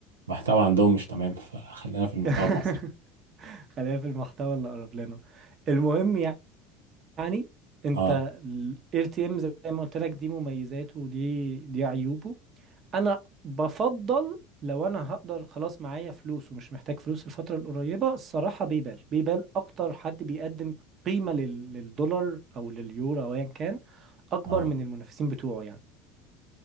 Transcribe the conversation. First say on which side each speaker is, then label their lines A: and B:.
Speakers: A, on the right; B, on the right.
A: المحتوى عندهم مش تمام فخلينا في المحتوى
B: <laughs>
A: المصري
B: خلينا في المحتوى اللي قرب لنا المهم يعني انت
A: اه
B: الاي تي ام زي ما قلت لك دي مميزاته ودي دي عيوبه انا بفضل لو انا هقدر خلاص معايا فلوس ومش محتاج فلوس الفترة القريبة الصراحة بيبال بيبال اكتر حد بيقدم قيمة لل- للدولار او لليورو او ايا كان اكبر
A: اه
B: من المنافسين بتوعه يعني